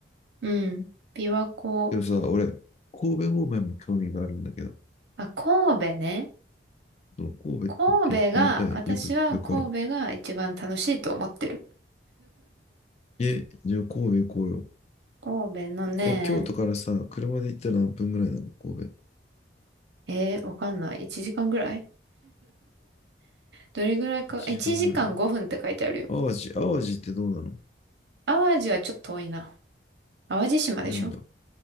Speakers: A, on the right (about 65°); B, on the left (about 35°).
A: うん。琵琶湖。
B: でもさ、俺、神戸方面も興味があるんだけど、
A: あ、神戸ね。
B: そう神戸って行ってみたい。
A: 神戸が、私は神戸が一番楽しいと思ってる。
B: よく聞くから。え、じゃあ神戸行こうよ。
A: 神戸のね、
B: え、京都からさ、車で行ったら何分ぐらいなの神戸。
A: えー、わかんない。1時間ぐらいどれぐらいか、
B: 1時間ぐらい。
A: 1時間5分って書いてあるよ。
B: 淡路、淡路ってどうなの
A: 淡路はちょっと遠いな。淡路島でしょ
B: 遠いんだ。